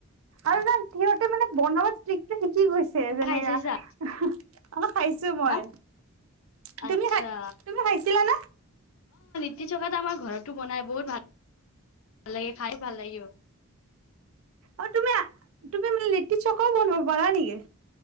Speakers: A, on the right (about 70°); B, on the left (about 70°).
A: আৰু না সিহঁতে মানে বনোৱা ট্ৰিকটো শিকি গৈছে যেনেতেনে
B: খাই চাইছা
A: ৰাখি অ খাইছো মই
B: হা আচ্ছা
A: তুমি খ তুমি খাইছিলা নে
B: বাতি চকাতো আমাৰ ঘৰতো বনাই বহুত ভাল ভাল লাগে খাই ভাল লাগে
A: আৰু তুমি তুমি মানে লিট্টি চকাও বন পাৰা নেকি